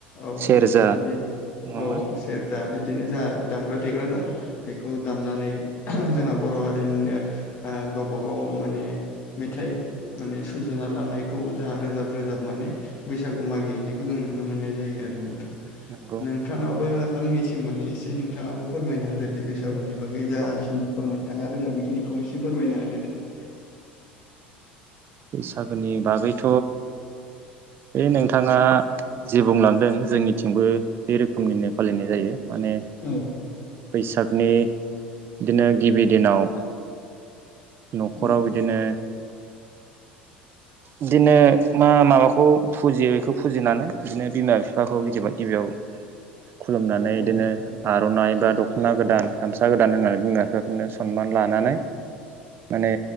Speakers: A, on the left; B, on the right.
A: औ
B: सेरजा
A: इदि
B: नङा होमबा
A: औ औ सेरजा बिदिनो जाहा दामग्रा देग्रा दं बेखौ दामनानै जोंहा बर हारिनिनो ओ गावबा गाव माने मेथाइ माने सुजुना लानायखौ जाहा रोजाब रोजाब माने बैसागु मागिहैनायखौ जों नुनो मोननाय जायो आरो नोंथां
B: नंगौ
A: नोंथाङाबो आंनिसिम माने एसे नोंथाङाबो फोरमायना हो दे बैसागुनि बागै जाखिनिखौ नोंथाङा रोङो बेखिनिखौ एसे फोरमायना होदो दे <inaudible> <unintelligible>
B: बैसागोनि बागैथ' बे नोंथाङा जे बुंलांदों जोंनिथिंबो बे रोखोमनिनो फालिनाय जायो माने
A: औ
B: बैसागनि इदिनो गिबि दिनाव नखराव
A: औ
B: इदिनो इदिनो मा माबाखौ फुजियो इखौ फुजिनानै बिदिनो बिमा बिफाखौ बिदिबाय गिबियाव खुलुमनानै
A: औ
B: इदिनो आ आरनाइ बा दखना गोदान गामसा गोदान होनानै बिमा बिफाफोरनो सनमान लानानै माने